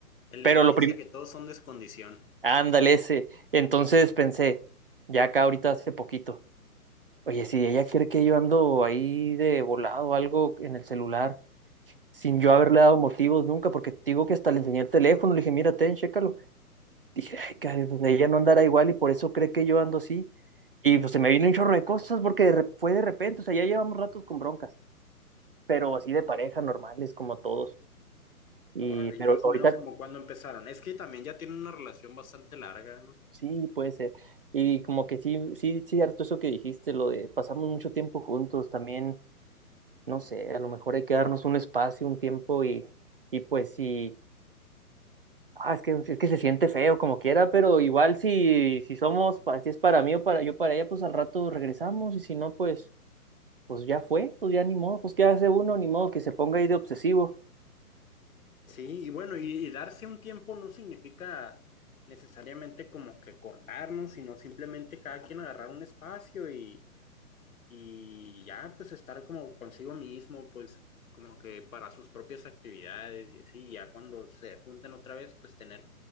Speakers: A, on the left; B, on the right.
A: El
B: Pero
A: León
B: lo
A: dice
B: primero,
A: que todos son descondición.
B: ándale
A: Sí.
B: ese. Entonces pensé, ya acá ahorita hace poquito. Oye, si ella cree que yo ando ahí de volado o algo en el celular, sin yo haberle dado motivos nunca, porque te digo que hasta le enseñé el teléfono, le dije, mira, ten, chécalo. Dije, ay, caray, pues ella no andará igual y por eso cree que yo ando así. Y pues se me vino un chorro de cosas porque de re- fue de repente, o sea, ya llevamos ratos con broncas, pero así de pareja, normales, como todos. Y,
A: Órale,
B: pero
A: y más
B: ahorita
A: o menos como cuando empezaron. Es que también ya tienen una relación bastante larga, ¿no?
B: sí puede ser. Y como que sí, sí, cierto eso que dijiste, lo de pasamos mucho tiempo juntos también no sé, a lo mejor hay que darnos un espacio, un tiempo y, y pues si, ah, es que, es que se siente feo como quiera, pero igual si, si somos, pa- si es para mí o para yo para ella, pues al rato regresamos y si no, pues, pues ya fue, pues ya ni modo, pues qué hace uno, ni modo que se ponga ahí de obsesivo.
A: Sí, y bueno, y, y darse un tiempo no significa necesariamente como que cortarnos, sino simplemente cada quien agarrar un espacio y y ya pues estar como consigo mismo, pues como que para sus propias actividades y así, ya cuando se juntan otra vez, pues tener